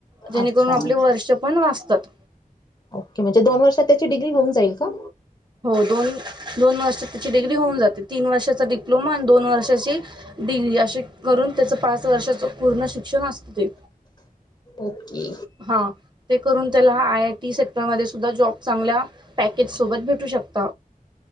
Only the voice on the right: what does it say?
जेणेकरून
आपले
वर्ष पण वाचतात.
हो दोन-दोन वर्षात त्याची डिग्री होऊन जाते तीन वर्षाचा डिप्लोमा आणि दोन वर्षाची डिग्री असे करून त्याच पाच वर्षाच पूर्ण शिक्षण असत ते.
हां ते करून त्याला आय आय टी सेक्टरमध्ये सुद्धा जॉब चांगल्या पॅकेज सोबत भेटू शकत,